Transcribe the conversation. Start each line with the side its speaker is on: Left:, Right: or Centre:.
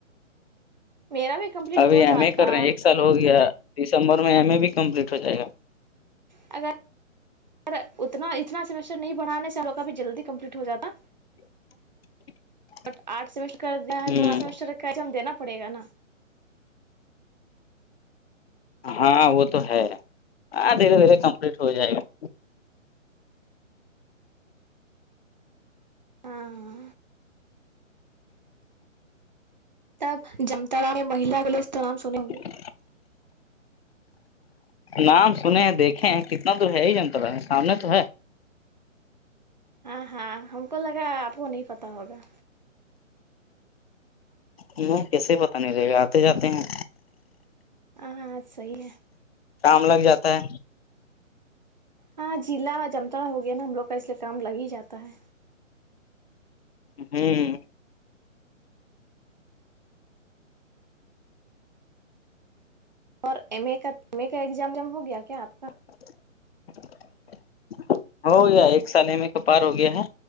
Right: میرا بھی کمپلیٹ
Left: ابھی
Right: ہو
Left: ایم
Right: جاتا
Left: اے کر رہے ہیں ایک سال ہو گیا دسمبر میں ایم اے بھی کمپلیٹ ہو جائے گا
Right: اگر سر اتنا اتنا سیمیسٹر نہیں بڑھانے چاہو کبھی جلدی کمپلیٹ ہو جاتا
Left: <inaudible>
Right: بٹ آٹھ سمیسٹر کر دیا ہے
Left: ہ
Right: تو آٹھ سمسٹر ہم دینا پڑے گ نا
Left: ہاں وہ تو ہے ہاں دھیرے دھیرے کمپلیٹ ہو جائے گا
Right: ہاں تب جمتاڑا میں مہی کے لیے اس تو نام سنے ہوں گے
Left: <inaudible> نام سنے ہیں دیکھیں کتنا دور ہے یہی جنتالہ سامنے تو ہے
Right: ہاں ہاں ہم کو لگا آپ کو نہیں پتا ہوگا
Left: نہیں کیسے ہی پتا نہیں رہے گا آتے جاتے ہیں
Right: ہاں صحیح ہے
Left: کام لگ جاتا ہے
Right: ہاں جلا جمتاڑا ہو گیا نا ہم لوگ کا اس لیے کام لگ ہی جاتا ہے
Left: ہمم
Right: اور ایم اے کا ایمے کا ایگزام جم ہو گیا کیا آپ کا
Left: <inaudible> ہو گیا ایک سال ای میں کا پار ہو گیا ہے